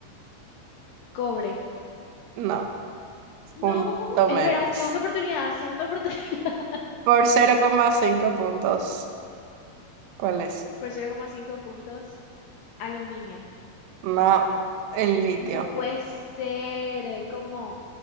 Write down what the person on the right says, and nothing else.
no.
Punto
menos.
Por cero coma cinco puntos. ¿Cuál es?
No, el litio.